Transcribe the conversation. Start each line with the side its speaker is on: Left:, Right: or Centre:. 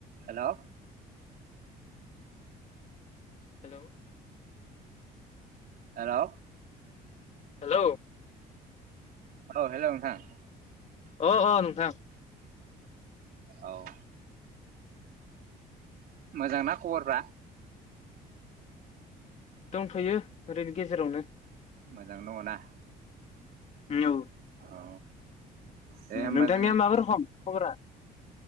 Right: Hello
Left: hello
Right: hello
Left: hello
Right: औ hello नोंथां
Left: अ अ नोंथां
Right: औ मोजांना खबरफ्रा
Left: दंथ'यो ओरैनि गेजेरावनो
Right: मोजां दङ ना
Left: उम औ
Right: औ दे होमबा
Left: नोंथांनिया
Right: जोङो
Left: माबा रखम खबरा